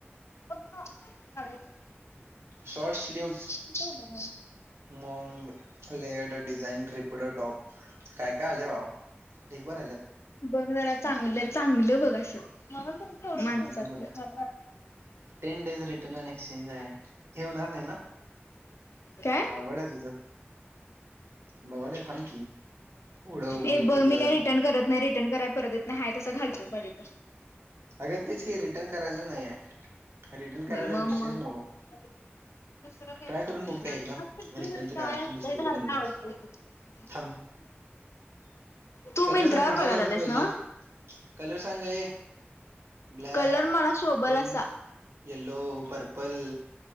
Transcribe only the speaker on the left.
<unintelligible>
कुठं उभा राहू?
बघ जरा चांगलं, चांगलं बघ असं.
माणसातलं.
काय?
ऐ बघ
मी काय रिटर्न करत नाही रिटर्न कराय परत येत नाही आहे तसा घालतो बघ पाहिजे तर.
मग
मग
<unintelligible>
तू
मिंत्रावर
बघायला
लागला आहेस
नव्हं?
कलर मला शोभल
असा.